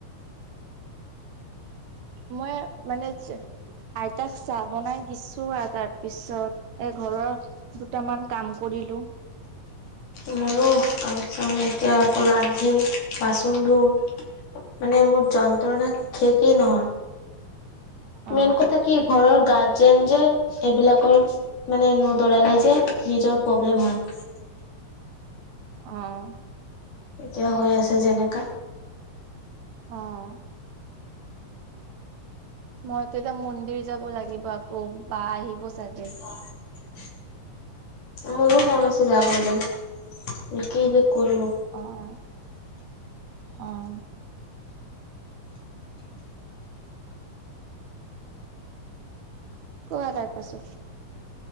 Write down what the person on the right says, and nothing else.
মই মানে আইতাক চাহ বনাই দিছো আৰু তাৰ পিছত এ, ঘৰৰ দুটামান কাম কৰিলো।
অ
অ'।
অ'। মইতো এতিয়া মন্দিৰ যাব লাগিব আকৌ বা আহিব চাগে।
অ', অ'। কোৱা তাৰ পাছত